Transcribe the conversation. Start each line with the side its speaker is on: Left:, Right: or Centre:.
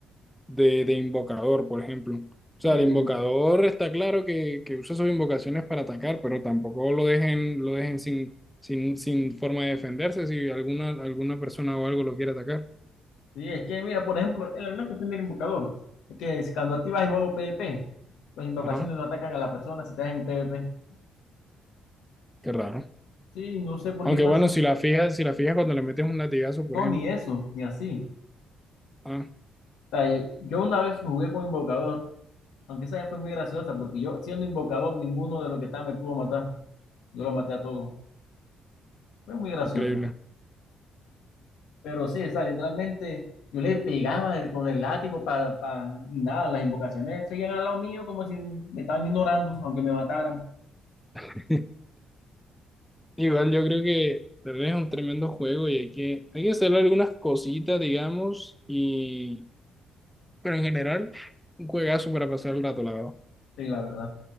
Centre: de, de invocador, por ejemplo. O sea,
Left: Sí,
Centre: el
Left: el
Centre: invocador
Left: in-
Centre: está claro que, que usa sus invocaciones para atacar, pero tampoco lo dejen, lo dejen sin, sin, sin forma de defenderse si alguna, alguna persona o algo lo quiere atacar.
Left: sí, es que, mira, por ejemplo, en una cuestión del invocador, es que es cuando activas el modo PvP, las invocaciones
Centre: Ajá,
Left: no atacan a la persona si estás en PvP.
Centre: qué raro.
Left: Sí, no sé por
Centre: Aunque
Left: qué pasa.
Centre: bueno, si la fijas, si la fijas cuando le metes un latigazo, por
Left: No,
Centre: ejemplo.
Left: ni eso, ni así.
Centre: Ah,
Left: O sea, eh, yo una vez jugué con invocador, aunque esa vez fue muy graciosa, porque yo siendo invocador, ninguno de los que estaba me pudo matar. Yo lo maté a todos. Fue muy gracioso.
Centre: increíble.
Left: Pero sí, o sea, literalmente yo le pegaba el- con el látigo para, para, y nada, las invocaciones seguían al lado mío como si me estaban ignorando, aunque me mataran.
Centre: <laughs> Igual yo creo que de verdad es un tremendo juego y hay que, hay que hacerle algunas cositas, digamos, y pero en general, un juegazo para pasar el rato, la verdad.
Left: Sí, la verdad.